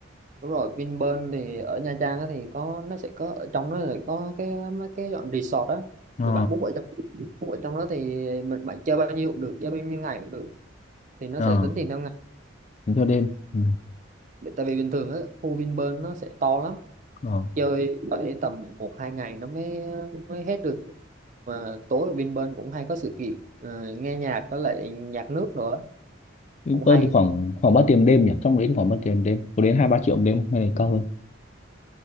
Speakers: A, on the right (about 40°); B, on the left (about 35°).
A: đúng rồi. Vinpearl thì ở Nha Trang á thì có nó sẽ có ở trong đó là có cái mấy cái dọn resort á
B: ờ
A: thì bạn book ở trong book ở trong đó thì mình bạn chơi bao nhiêu cũng được, chơi bao nhiêu ngày cũng được thì nó
B: ờ
A: sẽ tính tiền theo ngày.
B: tính theo đêm ừ.
A: Tại vì bình thường á khu Vinpearl nó sẽ to lắm
B: ờ.
A: chơi phải tầm một hai ngày nó mới mới hết được mà tối ở bên bên cũng hay có sự kiện ờ, nghe nhạc với lại nhạc nước nữa
B: Vinpearl
A: cũng hay
B: thì khoảng khoảng ba tiền đêm nhỉ trong đấy thì khoảng ba tiền đêm có đến hai ba triệu một đêm không? hay là cao hơn